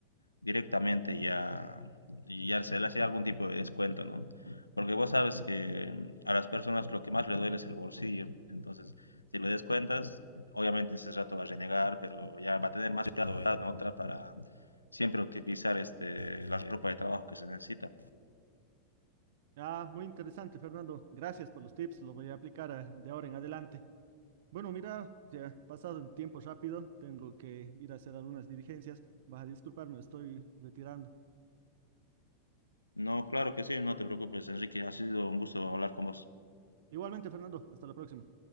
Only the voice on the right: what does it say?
Ah, muy interesante, Fernando. Gracias por los tips. Los voy a aplicar ah, de ahora en adelante. Bueno, mira, se ha pasado el tiempo rápido. Tengo que ir a hacer algunas diligencias. Vas a disculparme, estoy retirando.
Igualmente, Fernando. Hasta la próxima.